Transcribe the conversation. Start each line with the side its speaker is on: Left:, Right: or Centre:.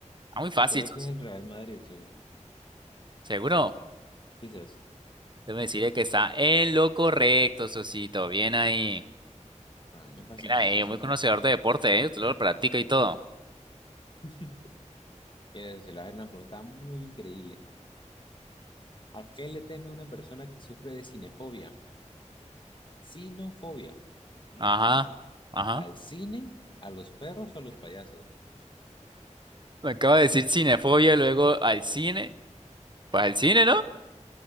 Right: Está muy fácil,
Left: Creo
Right: Sos.
Left: que es el Real Madrid, socio.
Right: ¿Seguro?
Left: Quizás.
Right: Déjame decirle que está en lo correcto, Sosito. Bien ahí.
Left: Ah, muy facilito,
Right: Bien ahí,
Left: socio.
Right: muy conocedor de deporte, ¿eh? Usted lo practica y todo.
Left: <laughs> Mire, se le va a hacer una pregunta muy increíble. ¿A qué le teme una persona que sufre de cinefobia? Cinofobia. ¿Mm?
Right: Ajá,
Left: ¿Mm?
Right: ajá.
Left: ¿Al cine, a los perros o a los payasos?
Right: Me acaba de decir cinefobia y luego al cine. Pues al cine, ¿no?